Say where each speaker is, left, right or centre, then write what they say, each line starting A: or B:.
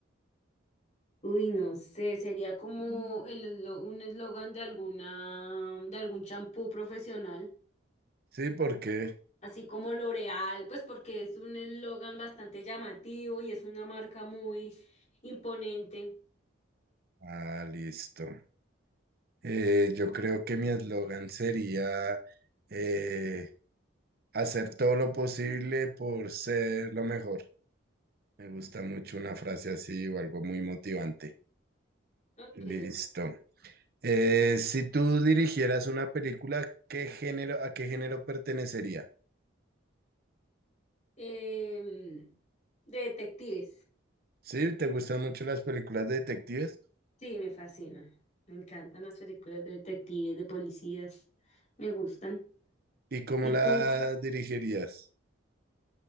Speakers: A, on the left; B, on the right.
A: Uy, no sé, sería como el eslo- un eslogan de alguna, de algún champú profesional,
B: Sí, porque...
A: así como L'Oreal, pues porque es un eslogan bastante llamativo y es una marca muy imponente.
B: Ah, listo. Eh, yo creo que mi eslogan sería eh, hacer todo lo posible por ser lo mejor. Me gusta mucho una frase así o algo muy motivante.
A: Ok.
B: Listo. Eh, si tú dirigieras una película, ¿qué género, a qué género pertenecería?
A: Em, de detectives,
B: ¿Sí? ¿Te gustan mucho las películas de detectives?
A: sí, me fascina. Me encantan las películas de detectives, de policías, me gustan.
B: ¿Y cómo
A: ¿Y
B: la
A: tú?
B: dirigirías?